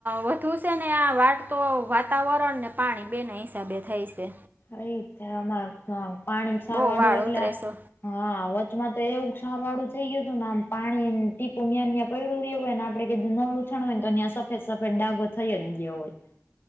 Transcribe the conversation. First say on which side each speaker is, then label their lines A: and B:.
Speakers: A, on the right; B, on the left.
A: વધુ છે ને આ વાળ તો વાતાવરણને પાણી બે ના હિસાબે થાય છે.
B: ઈજ અમાર પાણી ક્ષારવાળું
A: બહુ વાળ
B: એટલે
A: ઉતરે છે
B: હા વચમાં તો એવું ક્ષારવાળું થઈ ગયું હતું ને આમ પાણી ટીપુ ન્યા ને ન્યા પયડું રહ્યું હોય ને આપડે કેથે ન લૂછાણુ હોયને તો ન્યાં સફેદ-સફેદ ડાગો થઈ જ ગયો હોય.